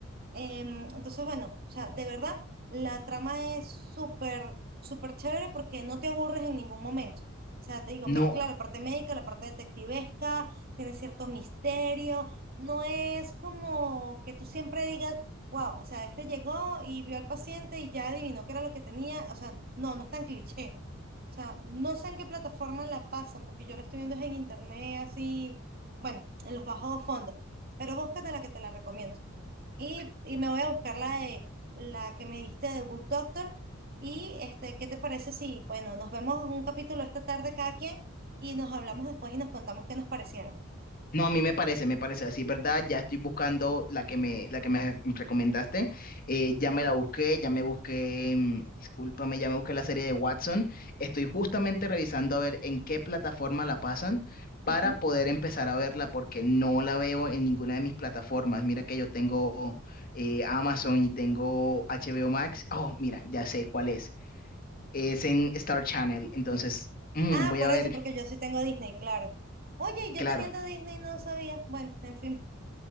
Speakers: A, on the right; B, on the left.
A: Em, entonces, bueno, o sea, de verdad, la trama es súper, súper chévere porque no te aburres en ningún momento. O sea, te digo,
B: No,
A: mezcla la parte médica, la parte detectivesca, tiene cierto misterio. No es como que tú siempre digas, wow, o sea, este llegó y vio al paciente y ya adivinó qué era lo que tenía. O sea, no, no es tan cliché. O sea, no sé en qué plataforma la pasan, porque yo la estoy viendo es en internet, así, bueno, en los bajos fondos. Pero búscate la que te la recomiendo. Y, y me voy a buscar la de la que me diste de Good Doctor. Y este, ¿qué te parece si, bueno, nos vemos un capítulo esta tarde cada quien y nos hablamos después y nos contamos qué nos parecieron?
B: No, a mí me parece, me parece así, ¿verdad? Ya estoy buscando la que me, la que me recomendaste. Eh, ya me la busqué, ya me busqué, mm, discúlpame, ya me busqué la serie de Watson. Estoy justamente revisando a ver en qué plataforma la pasan
A: Ujú.
B: para poder empezar a verla, porque no la veo en ninguna de mis plataformas. Mira que yo tengo eh, Amazon y tengo HBO Max. Oh, mira, ya sé cuál es. Es en Star Channel, entonces mm,
A: Ah,
B: voy
A: por
B: a ver,
A: eso, porque yo sí tengo Disney, claro. Oye, y yo
B: claro.
A: teniendo Disney no sabía. Bueno, en fin,